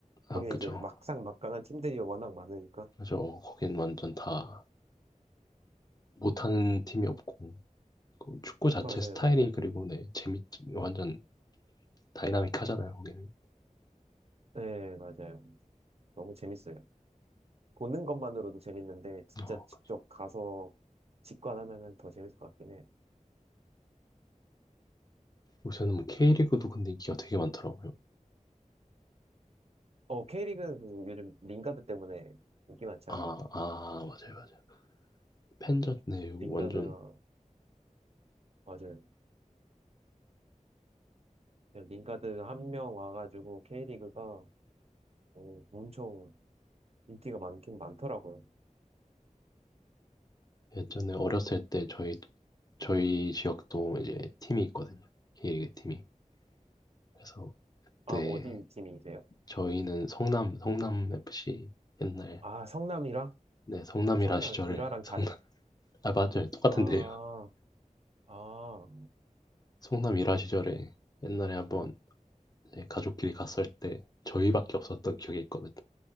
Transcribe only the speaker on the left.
아,
그죠.
그죠. 거긴 완전 다 못하는 팀이 없고. 그 축구 자체
스타일이
그리고 네, 재밌지. 완전 다이나믹하잖아요, 거기는.
어,
요새는 뭐 K리그도 근데 인기가 되게 많더라고요.
아,
아, 맞아요, 맞아요. 팬전, 네, 여기
완전
예전에 어렸을 때 저희, 저희 지역도 이제 팀이 있거든요. K리그 팀이. 그래서
네
저희는 성남 성남 FC 옛날
네 성남
일화 시절에
성남
아 맞아요 똑같은데요
<laughs>
성남 일화 시절에 옛날에 한번 이제 가족끼리 갔을 때 저희밖에 없었던 기억이 있거든요